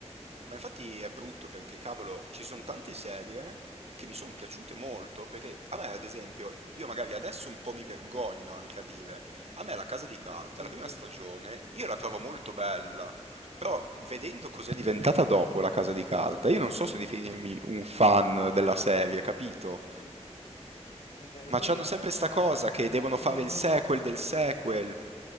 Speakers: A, on the right; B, on the left.
A: Ma infatti è brutto perché, cavolo, ci sono tante serie che mi sono piaciute molto, perché a me, ad esempio, io magari adesso un po' mi vergogno anche a dire, a me La Casa di Carta,
B: Addirittura.
A: la prima stagione, io
B: Bello,
A: la trovo molto
B: è vero.
A: bella, però vedendo
B: È vero,
A: cos'è diventata dopo La Casa di Carta, io non so se definirmi un fan della serie, capito?
B: È vero.
A: Ma
B: Poi
A: c'hanno sempre
B: tendono
A: sta
B: alla
A: cosa
B: forzatura,
A: che devono
B: quando
A: fare il
B: prendono...
A: sequel del sequel.